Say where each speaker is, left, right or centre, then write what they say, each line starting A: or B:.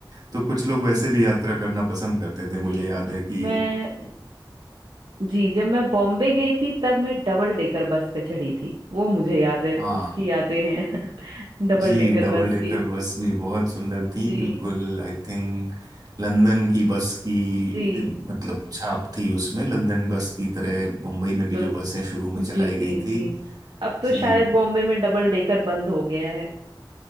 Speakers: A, on the right; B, on the right.
A: तो कुछ लोग वैसे भी यात्रा करना पसंद करते
B: जी
A: थे मुझे याद है कि
B: मैं जी जब मैं बॉम्बे गई थी तब मैं डबल डेकर बस पे चढ़ी थी वो मुझे याद है
A: हाँ
B: उसकी यादें हैं <laughs> डबल
A: जी
B: डेकर
A: डबल
B: बस
A: डेकर
B: की
A: बस भी बहुत सुंदर
B: जी
A: थी बिल्कुल आई थिंक लंदन की बस की
B: जी
A: अ, मतलब छाप थी उसमें लंदन बस की तरह मुंबई में भी
B: बिल्कुल
A: जो बसें शुरू में चलाई
B: जी जी
A: गई थी
B: जी अब तो
A: जी
B: शायद बॉम्बे में डबल डेकर बंद हो गया है